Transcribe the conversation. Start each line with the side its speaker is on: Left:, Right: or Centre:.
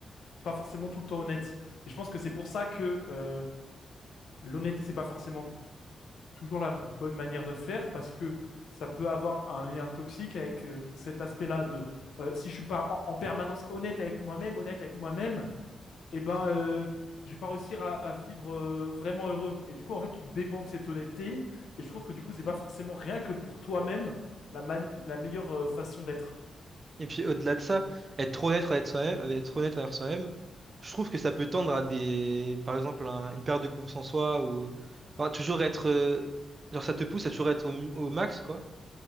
Left: pas forcément tout le temps honnête? Et je pense que c'est pour ça que euh, l'honnêteté, c'est pas forcément toujours la bonne manière de faire, parce que ça peut avoir un lien toxique avec euh, cet aspect-là de euh, si je suis pas en en permanence honnête avec moi-même, honnête avec moi-même eh ben, euh, je vais pas réussir à, à vivre euh, vraiment heureux. Et du coup, en fait, tu dépends de cette honnêteté. Et je trouve que du coup, c'est pas forcément rien que pour toi-même la, mani- la meilleure euh, façon d'être.
Right: Et puis au-delà de ça, être trop honnête avec soi-même, avec- être honnête envers soi-même, je trouve que ça peut tendre à des, par exemple, un- une perte de confiance en soi ou, enfin, toujours être, euh, genre ça te pousse à toujours être au, au max, quoi.